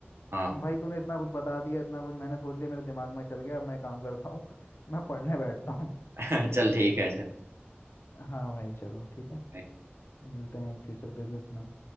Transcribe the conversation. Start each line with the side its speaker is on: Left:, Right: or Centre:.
Right: हाँ
Left: भाई तूने इतना कुछ बता दिया इतना कुछ मैंने सोच लिया मेरे दिमाग में चल गया अब मैं एक काम करता हूँ <laughs> मैं पढ़ने बैठता हूँ
Right: <laughs> चल ठीक है
Left: हाँ भाई चलो ठीक है
Right: चल
Left: मिलते हैं फ्यूचर बिजनेसमैन